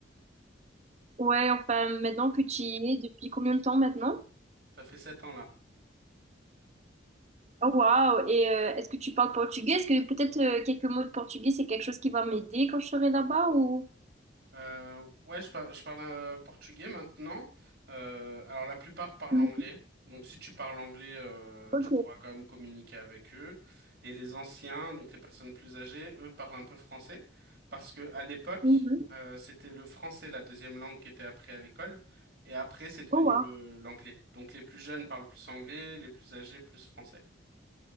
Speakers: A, on the right (about 35°); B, on the right (about 55°).
A: Ouais, enfin, maintenant que tu y es, depuis combien de temps maintenant?
B: Ça fait sept ans là.
A: Oh, Waouh! Et euh, est-ce que tu parles portugais? Est-ce que peut-être euh, quelques mots de portugais, c'est quelque chose qui va m'aider quand je serai là-bas ou...
B: Euh, ouais, je, par- je parle euh, portugais maintenant. Euh, alors la plupart parlent
A: Mhm.
B: anglais. Donc si tu parles anglais, euh,
A: Ok.
B: tu pourras quand même communiquer avec eux. Et les anciens, donc les personnes plus âgées, eux parlent un peu français parce que à l'époque,
A: Mhm.
B: euh, c'était le français la deuxième langue qui était apprise à l'école. Et après, c'est devenu
A: Oh, waouh.
B: le l'anglais. Donc les plus jeunes parlent plus anglais, les plus âgés plus français.